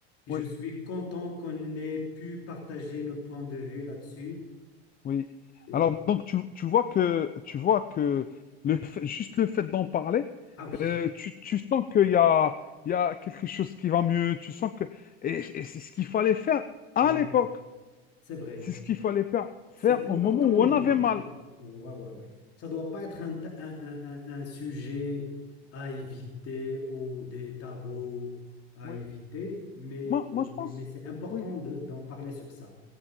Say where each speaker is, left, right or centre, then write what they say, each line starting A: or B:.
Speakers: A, on the left; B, on the left.
A: et
B: oui,
A: je suis content qu'on ait pu partager nos points de vue là-dessus.
B: oui.
A: Et-
B: Alors donc tu, tu vois que tu vois que le fait- juste le fait d'en parler,
A: Ah oui,
B: euh, tu, tu sens qu'il y a il y a quelque chose qui va mieux, tu sens que et, et c'est ce qu'il fallait faire à
A: oui,
B: l'époque.
A: c'est vrai.
B: C'est ce qu'il fallait faire, faire
A: C'est important
B: au moment où
A: de,
B: on avait
A: de-
B: mal.
A: de- Ouais, ouais, ouais. Ça doit pas être un, ta- un, un- un- un sujet à éviter ou des tabous à
B: Oui.
A: éviter, mais,
B: Moi moi je
A: mais,
B: pense
A: mais c'est important
B: oui,
A: de- d'en parler sur ça.